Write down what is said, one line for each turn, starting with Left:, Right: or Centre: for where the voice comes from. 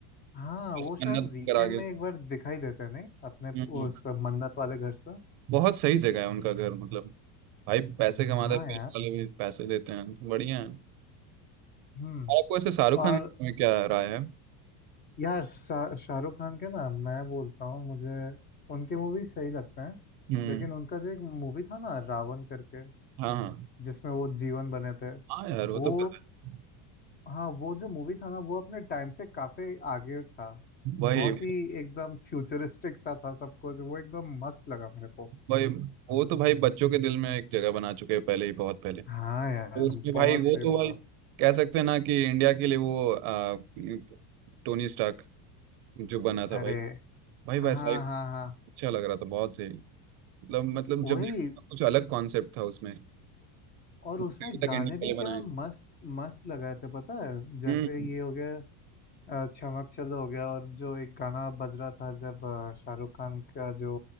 Left: हाँ
Right: बस
Left: वो शायद
Right: मन्नत
Left: वीकेंड
Right: करा गया
Left: में एक बार दिखाई देते हैं, नहीं अपने
Right: हम्म, हम्म।
Left: उस मन्नत वाले घर से
Right: बहुत सही जगह है उनका घर मतलब भाई पैसे कमाते
Left: हाँ
Right: हैं फिल्म
Left: यार
Right: वाले भी पैसे देते हैं बढ़िया है
Left: हम्म
Right: और आपको ऐसे शाहरुख खान
Left: और
Right: के बारे में क्या राय है
Left: यार शा- शाहरुख खान के ना मैं बोलता हूँ मुझे उनके मूवी सही लगते हैं
Right: हम्म
Left: लेकिन उनका जो एक मूवी था ना रावण करके
Right: हाँ हाँ
Left: जिसमें वो जीवन बने थे
Right: हाँ यार वो
Left: वो
Right: तो पता है
Left: हाँ वो जो मूवी था ना वो अपने टाइम से काफी आगे था
Right: वही
Left: बहुत ही एकदम फ्यूचरिस्टिक सा था सब कुछ वो एकदम मस्त लगा मेरे को
Right: वही वो तो भाई बच्चों के दिल में एक जगह बना चुके हैं पहले ही बहुत पहले
Left: हाँ यार
Right: तो उसमें
Left: बहुत
Right: भाई वो
Left: सही
Right: तो
Left: बोला
Right: भाई कह सकते हैं ना कि इंडिया के लिए वो आ, टोनी स्टार्क जो बना था
Left: अरे
Right: भाई भाई
Left: हाँ
Right: वैसा ही
Left: हाँ हाँ
Right: अच्छा लग रहा था बहुत सही मतलब मतलब
Left: वही
Right: जब देखा कुछ अलग कॉन्सेप्ट था उसमें
Left: और
Right: अभी
Left: उसमें गाने
Right: तक इंडिया के
Left: भी
Right: लिए
Left: क्या
Right: बनाए
Left: मस्त मस्त लगाए थे पता है जैसे
Right: हम्म
Left: ये हो गया अ, चमक चलो हो गया और जो एक गाना बज रहा था जब अ, शाहरुख खान का जो